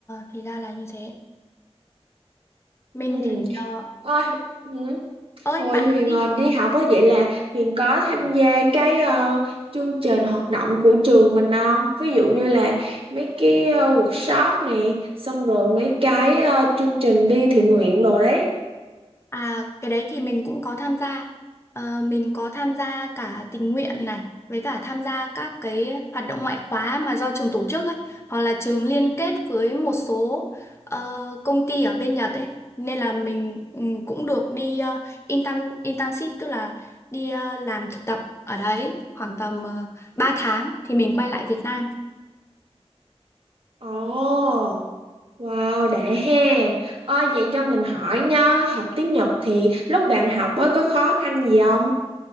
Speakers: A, on the left; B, on the right.
A: thì ra là như thế. Mình
B: Ừ.
A: thì ờ,
B: Ôi, ừ.
A: ơi
B: Hồi
A: bạn
B: Huyền
A: nói đi.
B: ờ, đi học á vậy là Huyền có tham gia cái ờ, chương trình hoạt động của trường mình không? Ví dụ như là mấy cái ờ, workshop này, xong rồi mấy cái ờ, chương trình đi thiện nguyện đồ đấy.
A: À cái đấy thì mình cũng có tham gia. Ờ, mình có tham gia cả tình nguyện này với cả tham gia các cái hoạt động ngoại khóa mà do trường tổ chức ấy, hoặc là trường liên kết với một số ờ, công ty ở bên Nhật ấy. Nên là mình ừ, cũng được đi ờ, intern internship tức là đi ờ, làm thực tập ở đấy khoảng tầm uh, 3 tháng thì mình quay lại Việt Nam.
B: Ồ, wow, đã ha. Ôi, vậy cho mình hỏi nha, học tiếng Nhật thì lúc bạn học á có khó khăn gì không?